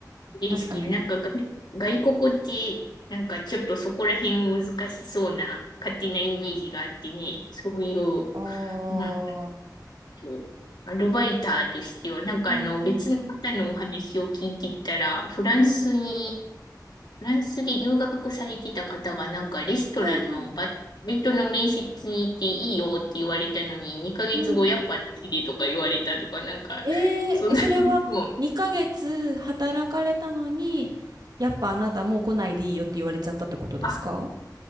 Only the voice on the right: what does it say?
確かに。
ああ、
うんうんうん。
うん、
はいはい。
うん。
えー、
え、それは2ヶ月働かれたのに、やっぱあなたもう来ないでいいよって言われちゃったってことですか